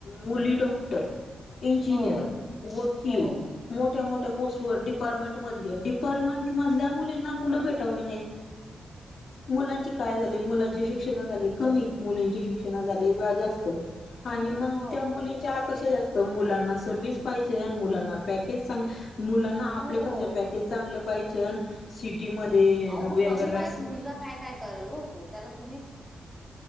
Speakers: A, on the left; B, in the centre.
A: मुली डॉक्टर इंजिनियर
B: हो
A: वकील
B: हो
A: मोठ्या मोठ्या पोस्ट व डिपार्टमेंट मध डिपार्टमेंट मधल्या मुलींना मुलं भेटावी नाहीत मुलांचे काय झाले मुलांची शिक्षणा झाले कमी मुलींचे शिक्षणा झाले जास्त आणि मग
B: हो
A: त्या मुलींच्या अपेक्षा जास्त मुलांना सर्व्हस पाहिजे आणि मुलां पॅकेज सांग मुलांना आपले
B: हो
A: कसे पॅकेज चांगले पाहिजे टी मध्ये
B: अह
A: वेगवेगळल्या
B: मग कमी वयात मुलगा काय काय कराल ओ होत त्याला तुम्